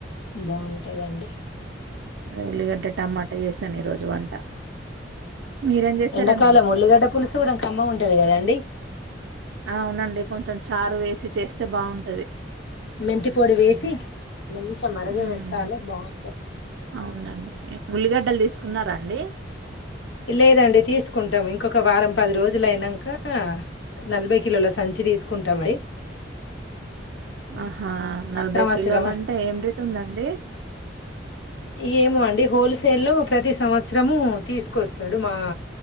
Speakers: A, on the left (about 80°); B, on the right (about 70°).
A: బాగుంటదండి
B: అదే ఉల్లిగడ్డ టమాటా చేసాను ఈ రోజు వంట మీరేం జేశారండి?
A: ఎండాకాల ఉల్లిగడ్డ పులుసు కూడాకమ్మ ఉంటది కదాండి
B: అవునండి కొంచెం చారు వేసి చేస్తే బాగుంటది
A: మెంతి పొడి వేసి మంచిగా మరిగే
B: హ్మ్.
A: పెట్టాలి బాగుంట
B: అవునండి ఉల్లిగడ్డలు తీసుకున్నారా అండి
A: లేదండి తీసుకుంటాం ఇంకొక వారం పది రోజులుయినాక నలభై కిలోలు సంచి తీసుకుంటాంమడి
B: ఆ నలభై
A: సంవత్సరం
B: కిలోలు అంటే ఏం రేట్ ఉందండి
A: ఇ ఏమో అండి హోల్సేల్లో ప్రతి సంవత్సరము తీసుకొస్తాడు మా